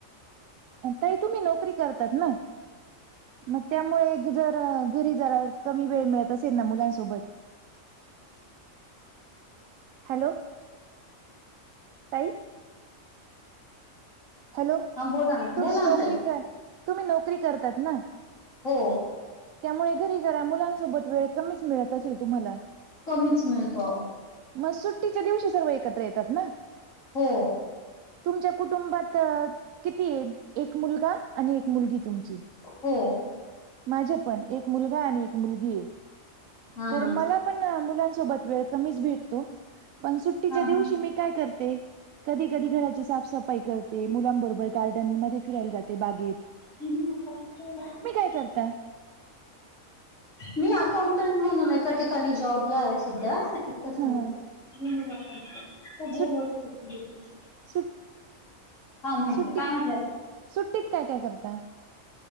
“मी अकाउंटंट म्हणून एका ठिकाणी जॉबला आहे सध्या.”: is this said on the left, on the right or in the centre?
Left